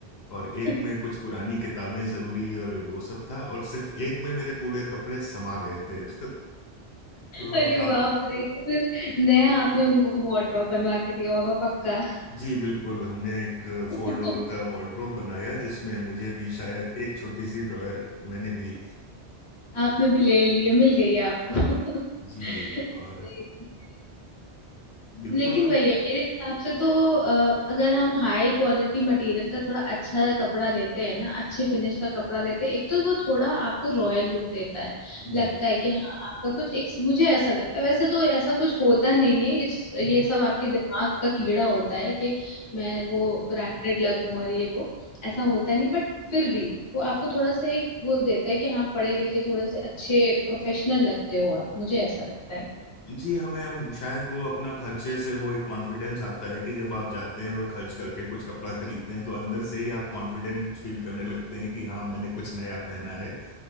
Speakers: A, on the left; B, on the left.
A: और एक
B: <laughs>
A: में कुछ पुरानी किताबें जरूरी और वो सब था और सिर्फ एक में मेरे पूरे कपड़े समा गए थे <laughs> तो, तो
B: अरे
A: आप
B: बाप रे तो फिर नया आपने उनको वार्डरोब बनवा के दिया होगा पक्का
A: जी बिल्कुल हमने एक
B: <laughs>
A: फोर डोर का वार्डरोब बनाया जिसमें मुझे भी शायद एक छोटी सी ड्रॉयर मैंने भी
B: आपने भी ले लिए मिल गई आपको
A: जी और
B: <laughs>
A: बिल्कुल
B: लेकिन वही है मेरे हिसाब से तो अ, अगर हम हाई क्वालिटी मटेरियल का थोड़ा अच्छा कपड़ा लेते हैं ना अच्छे फिनिश का कपड़ा लेते हैं एक तो वो थोड़ा आपको रॉयल लुक देता है
A: जी
B: लगता है कि हाँ आपका कुछ एक मुझे ऐसा लगता है वैसे तो ऐसा कुछ होता नहीं है इस
A: <laughs>
B: ये सब आपके दिमाग का कीड़ा होता है कि मैं वो ब्रांडेड
A: आप
B: लगूं और ये वो ऐसा होता नहीं बट फिर भी वो आपको थोड़ा सा एक वो देता है कि हाँ पढ़े लिखे थोड़े से अच्छे प्रोफेशनल लगते हो आप मुझे ऐसा लगता है
A: जी हमें हम शायद वो अपना खर्चे से वो एक कॉन्फिडेंस आता है कि जब आप जाते हैं और खर्च करके कुछ कपड़ा खरीदते हैं तो अंदर से ही आप कॉन्फिडेंट फील करने लगते हैं कि हाँ मैंने कुछ नया पहना है